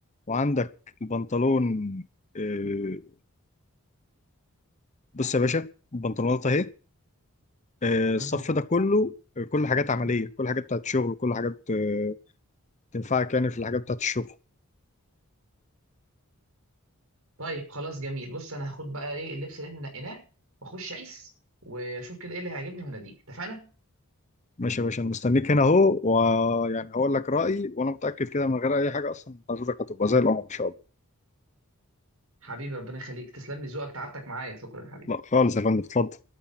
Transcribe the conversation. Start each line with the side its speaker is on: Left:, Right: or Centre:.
Left: وعندك البنطلون آه، بص يا باشا البنطلونات اهي آه،
Right: مم.
Left: الصف ده كله آه، كل حاجات عمليه
Right: مم.
Left: كل حاجات بتاعت شغل كل حاجات آه، تنفعك يعني في الحاجات بتاعت الشغل
Right: طيب خلاص جميل بص أنا هاخد بقى إيه اللبس اللي إحنا نقيناه وأخش أقيس وأشوف كده إيه اللي هيعجبني وهناديك اتفقنا
Left: ماشي يا باشا انا مستنيك هنا اهو ويعني هقول لك رايي وانا متاكد كده من غير اي حاجه اصلا حضرتك هتبقى زي القمر ان شاء الله
Right: حبيبي ربنا يخليك تسلم لي ذوقك تعبتك معايا شكرا يا حبيبي
Left: لا خالص يا فندم اتفضل